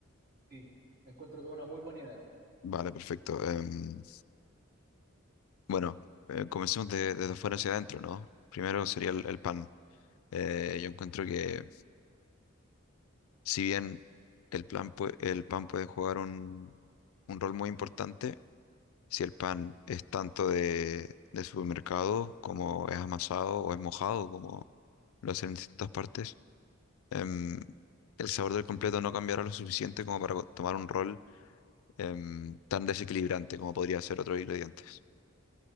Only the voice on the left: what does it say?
Vale, perfecto. Em, bueno, eh, comencemos de- desde afuera hacia adentro, ¿no? Primero sería el, el pan. Eh, yo encuentro que si bien el plan pue- el pan puede jugar un, un rol muy importante, si el pan es tanto de, de supermercado como es amasado o es mojado, como lo hacen en distintas partes, em, el sabor del completo no cambiará lo suficiente como para co- tomar un rol em, tan desequilibrante como podría ser otros ingredientes.